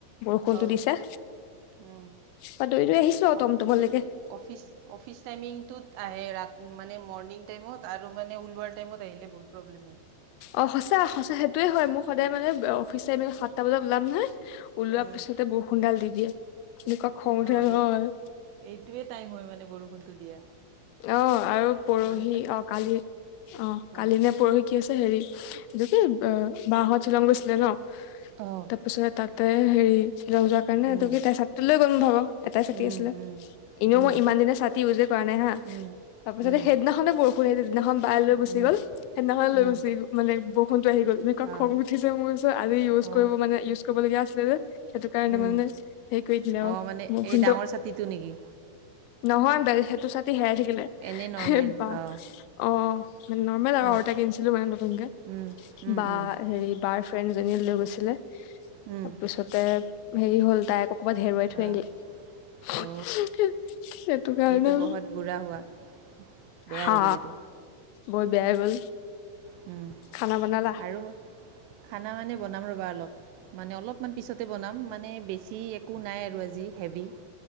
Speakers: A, on the left; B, on the right.
A: বৰষুণটো
B: অঁ
A: দিছে,
B: উম,
A: মই দৌৰি-দৌৰি আহিছোঁ আৰু
B: অফ
A: তটটমৰ লৈকে।
B: অফিচ? অফিচ টাইমিংটোত আহে ৰা মানে মৰ্ণিং টাইমত আৰু মানে ওলোৱাৰ টাইমত আহিলে বহুত প্ৰব্লেম হয়।
A: অ' সঁচা সঁচা সেইটোয়ে হয়, মোৰ সদায় মানে অফিচ আমি সাতটা বজাত ওলাম নহয়। ওলোৱা
B: উম,
A: পিছতে বৰষুণডাল দি দিয়ে, এনেকুৱা খং উঠে
B: অঁ
A: নহয়।
B: এই এইটোৱে টাইম হয় মানে বৰষুণটো দিয়া।
A: অ' আৰু পৰহি।
B: মানে তা
A: অ' কালি, অ' কালি
B: অঁ
A: নে পৰহি কি আছে হেৰি <unintelligible> বা হঁত শ্বিলং গৈছিলে ন?
B: অ'।
A: তাৰপিছত তাতে হেৰি শ্বিলং যোৱাৰ কাৰণে
B: উম
A: <unintelligible> ছাতিটো লৈ গ'ল ন ভাব এটাই ছাতি
B: উম
A: আছিলে।
B: উম
A: এনেও
B: উম
A: মই ইমান দিনে ছাতি ইউজে কৰা নাই হা
B: উম
A: তাৰ পিছতে
B: উম
A: সেইদিনাখনে বৰষুণ কো দিনাখন বায়ে লৈ গুচি
B: উম
A: গ'ল সেইদিনাখন লৈ
B: উম
A: গুচি গ মানে বৰষুণটো আহি গ'ল। খং
B: অঁ
A: উঠিছে মোৰ আজি ইউজ
B: অঁ
A: কৰিব মানে ইউজ কৰিবলগীয়া আছিলে যে। সেইটো কাৰণে
B: উম
A: মানে সেই কৰি দিলে আৰু
B: অঁ মানে
A: মোৰ
B: এই
A: খুটো।
B: ডাঙৰ ছাতিটো নেকি
A: নহয় সেইটো ছাতি হেৰাই থাকিলে?
B: এনেই নৰ্মেল
A: হে বা
B: অঁ
A: অ' নৰ্মেল আৰু
B: উম
A: অৰ্টা কিনছিলো মানে নতুনকে।
B: উম উম
A: বা
B: উম
A: হেৰি বাৰ ফ্ৰেণ্ডীজনীয়ে লৈ গৈছিলে
B: উম
A: তাৰপিছতে হেৰি হ'ল তাই ক'বাত হেৰুৱাই থৈ
B: অঁ
A: আহিলে
B: অ'
A: সেইটো কাৰণে।
B: এইটো বহুত বুঢ়া হোৱা। বেয়া
A: হা
B: হৈ গ'ল এইটো
A: বৰ বেয়া গ'ল।
B: হুম
A: খানা বনালা
B: আৰু খানা মানে বনাম ৰ'বা অলপ। মানে অলপমান পিছতে বনাম মানে বেছি একো নাই আৰু আজি হেভি।